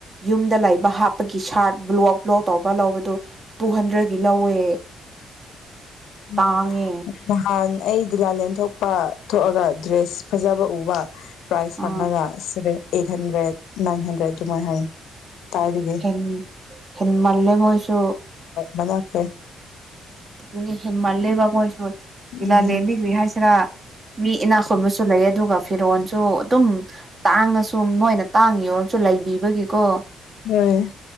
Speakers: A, on the right; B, on the left.
A: ꯌꯨꯝꯗ ꯂꯩꯕ ꯍꯥꯞꯄꯒꯤ ꯁꯥꯔꯠ ꯕ꯭ꯂꯣꯛ ꯕ꯭ꯂꯣꯛ ꯇꯧꯕ ꯂꯧꯕꯗꯨ ꯇꯨ ꯍꯟꯗ꯭ꯔꯦꯗꯀꯤ ꯂꯧꯋꯦ
B: ꯎꯝ
A: ꯇꯥꯡꯉꯦ
B: ꯅꯍꯥꯟ ꯑꯩ ꯗꯨꯂꯥꯂꯦꯟ ꯊꯣꯛꯄ ꯊꯣꯛꯑꯒ ꯗ꯭ꯔꯦꯁ ꯐꯖꯕ ꯎꯕ ꯄ꯭ꯔꯥꯏꯁ
A: ꯑꯥ
B: ꯍꯪꯉꯒ seven eight hundred nine hundred ꯑꯗꯨꯃꯥꯏꯅ ꯍꯥꯏ ꯇꯥꯏꯕꯒꯤ
A: ꯍꯦꯟ ꯍꯦꯟꯃꯜꯂꯦ ꯃꯣꯏꯁꯨ
B: ꯃꯂꯀꯦ
A: ꯑꯗꯨꯅꯦ ꯍꯦꯟ ꯃꯜꯂꯦꯕꯥ ꯃꯣꯏꯁꯨ
B: ꯎꯝ
A: ꯏꯂꯅꯤꯒꯔꯤ ꯍꯥꯏꯁꯤꯔ ꯃꯤ ꯏꯅꯥ ꯈꯨꯟꯕꯁꯨ ꯂꯩ ꯑꯗꯨꯒ ꯐꯤꯔꯣꯜꯁꯨ ꯑꯗꯨꯝ ꯇꯥꯡꯉꯁꯨ ꯃꯣꯏꯅ ꯇꯥꯡꯉꯤ ꯌꯧꯔꯁꯨ ꯂꯩꯕꯤꯕꯒꯤꯀꯣ
B: ꯍꯣꯏ